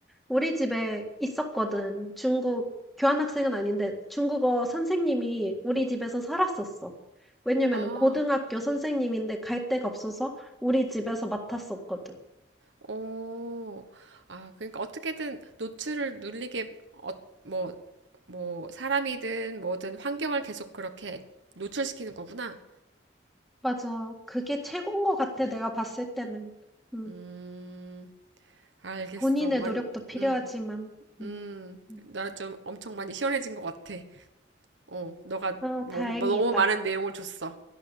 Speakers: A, in the centre; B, on the right.
A: 우리 집에 있었거든. 중국 교환학생은 아닌데 중국어 선생님이 우리 집에서 살았었어. 왜냐면은
B: 아.
A: 고등학교 선생님인데 갈 데가 없어서 우리 집에서 맡았었거든.
B: 오. 아, 그러니까 어떻게든 노출을 눌리게 어, 뭐, 뭐 사람이든 뭐든 환경을 계속 그렇게 노출시키는 거구나.
A: 맞아. 그게 최고인 것 같아. 내가 봤을 때는. 음,
B: 음. 알겠어.
A: 본인의
B: 완,
A: 노력도 필요하지만.
B: 음,
A: 음.
B: 음.
A: 음.
B: 나 좀 엄청 많이 시원해진 것 같아. 어, 너가
A: 어,
B: 너무,
A: 다행이다.
B: 너무 많은 내용을 줬어.